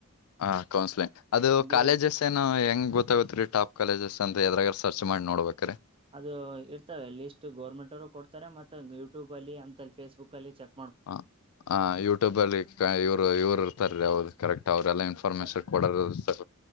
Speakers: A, on the left; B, on the right.
A: ಹ ಕೌನ್ಸ್ಲಿಂಗ್ ಅದು
B: ಬಿ
A: ಕಾಲೇಜಸ್
B: ಎಸ್
A: ಏನು ಹೆಂಗ್ ಗೊತ್ತಾಗುತ್ತೆ ರೀ ಟಾಪ್ ಕಾಲೇಜಸ್ ಅ ಎದರಾಗರ್ ಸರ್ಚ್ ಮಾಡಿ ನೋಡ್ಬೇಕ್ರೀ
B: ಅದು ಇರ್ತವೆಲ್ಲಿ ಇಷ್ಟು ಗೋರ್ಮೆಂಟ್ರು ಕೊಡ್ತಾರೆ ಮತ್ತೆ ಯೂಟ್ಯೂಬ್ ಅಲ್ಲಿ ಅಂತಲ್ಲಿ ಫೇಸ್ಬುಕ್ ಅಲ್ಲಿ ಚಕ್
A: ಹ ಹ ಯೂಟ್ಯೂಬ್ ಅಲ್ಲಿ ಇವ್ರು ಇವರು ಇರ್ತಾರ ಹೌದು ಕರೆಕ್ಟ್ ಅವ್ರೆಲ್ಲಾ ಇನ್ಫಾರ್ಮೇಶನ್
B: ಚ
A: ಕೊಡೋರು ಇರ್ತಾರ